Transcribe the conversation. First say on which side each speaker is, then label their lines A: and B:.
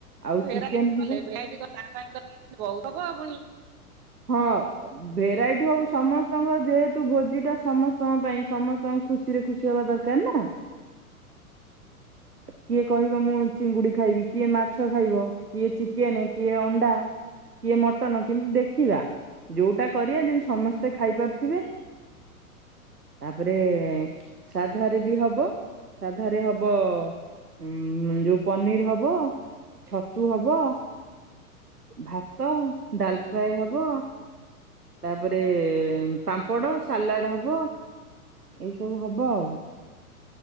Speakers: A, on the right (about 85°); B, on the right (about 30°).
A: ଆଉ
B: ଭେରାଇଟି
A: ଚିକେନ ହବ
B: କଲେ ଭେରାଇଟି କଲେ ତା ପାଇଁ ବହୁତ ହବ ପୁଣି!
A: ହଁ! ଭେରାଇଟି ହଉ ସମସ୍ତଙ୍କ ଯେହେତୁ ଭୋଜି ଟା ସମସ୍ତଙ୍କ ପାଇଁ ସମସ୍ତଙ୍କ ଖୁସିରେ ଖୁସି ହବା ଦରକାର। <unintelligible> ନା! କିଏ କହିବ ମୁଁ ଚିଙ୍ଗୁଡି ଖାଇବି, କିଏ ମାଛ ଖାଇବ, କିଏ ଚିକେନ, କିଏ ଅଣ୍ଡା କିଏ ମଟନ କିନ୍ତୁ ଦେଖ ଦେଖିବା, ଯୋଉଟା କରିବା ଯେମିତି ସମସ୍ତେ ଖାଇପାରୁଥିବେ। ତାପରେ ସାଧାରେ ବି ହବ, ସାଧାରେ ହବ ଉଁ ଯୋଉ ପନିର ହବ, ଛତୁ ହବ ଭାତ ଡାଲ ଫ୍ରାଏ ହବ। ତାପରେ ପାମ୍ପଡ, ସାଲାଡ ହବ ଏଇ ସବୁ ହବ ଆଉ।